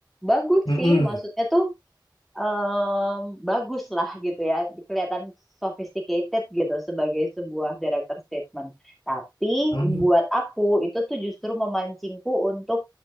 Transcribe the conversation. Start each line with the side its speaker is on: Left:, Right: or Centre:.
Centre: bagus
Left: Mm, mm-mm,
Centre: sih
Left: mm, mm-mm,
Centre: maksudnya tuh em, bagus lah gitu ya, kelihatan sophisticated gitu sebagai sebuah director statement. Tapi
Left: mm
Centre: buat aku itu tuh justru memancingku untuk,